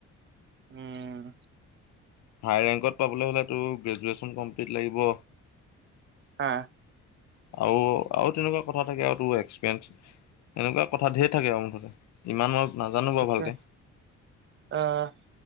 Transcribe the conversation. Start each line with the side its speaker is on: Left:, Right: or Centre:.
Right: উম
Left: ভাই ৰেকত পাবলে টোৰ গেজৱেনচত লাগিব।
Right: হা
Left: আৰু আৰু তেনেকুৱা কথা থাকে আৰু এক্সপিৰিয়েঞ্চ এনেকুৱা কথা ঢেৰ থাকে আৰু মুঠতে ইমান। নাজানো বাৰু
Right: অকে
Left: ভালকে
Right: আহ